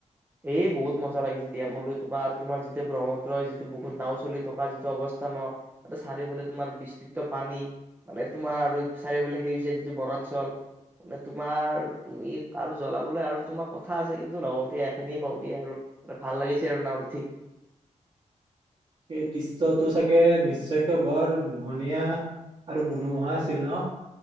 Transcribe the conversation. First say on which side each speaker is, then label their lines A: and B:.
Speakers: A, on the right; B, on the right.
A: এ বহুত মজা লাগিছে দিয়া কলো তোমাৰ আৰু তোমাৰ যেতিয়া ব্ৰহ্মুত্ৰৰ যিটো বুুকুত নাও চলি থকা যিটো অৱস্থান ন চাৰিওফালে তোমাৰ বিস্তৃত পানী মানে তোমাৰ আৰু চাৰিওফালে সেউজীয়া যিটো বনাঞ্চল মানে তোমাৰ তুমি আৰু জ্বলাবলৈ আৰু তোমাৰ কথা আছে কিন্তু নকওঁ দিয়া সেইখিনিয়ে কওঁ দিয়া আৰু ভাল লাগিছে আৰু নাওত উঠি
B: সেই দৃশ্যয়টো চাগে নিশ্চয়কে বৰ মোহনীয়া আৰু মনোমোহা আছিল ন